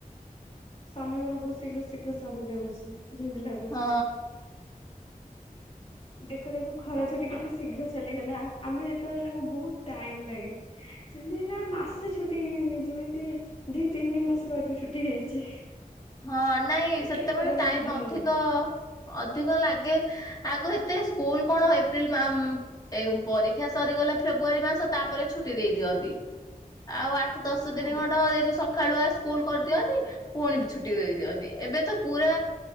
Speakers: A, on the left (about 40°); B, on the left (about 25°).
A: ସମୟ ଗୁଡା ବହୁତ ଶୀଘ୍ର ଶୀଘ୍ର ସରିଯାଉଛି ଯେମିତି ଲାଗୁଛି।
B: ହଁ।
A: ଦେଖୁ ଦେଖୁ ଖରା ଛୁଟି କେତେ ଶୀଘ୍ର ଚାଲିଗଲା ଆମେ ଯେତେବେଳେ ଲାଗୁ ବହୁତ ଟାଇମ ଲାଗେ। ସେମିତି ନା ମାସେ ଛୁଟି ହେଇନି ଯେମିତି ଦି ତିନି ମାସ ର ଜୁ ଛୁଟି ହେଇଛି।
B: ହଁ ନାଇଁ
A: ଏତେ
B: ସେତେବେଳେ
A: ବଡ ଲାଗେ
B: ଟାଇମ
A: ଦିନ
B: ଅଧିକ।
A: ଗୁଡା
B: ଅଧିକ ଲାଗେ ଆଗ ଏତେ ସ୍କୁଲ କଣ ଏପ୍ରିଲ ମା ଏ ପରୀକ୍ଷା ସରିଗଲା ଫେବୃଆରୀ ମାସ ତାପରେ ଛୁଟି ଦେଇ ଦିଅନ୍ତି ଆଉ ଆଠ ଦଶ
A: ହଁ
B: ଦିନି ଖଣ୍ଡ ଏଇ ଯୋଉ ସକାଳୁଆ ସ୍କୁଲ କରିଦିଅନ୍ତି ପୁଣି ଛୁଟି ଦେଇ ଦିଅନ୍ତି ଏବେ ତ ପୁରା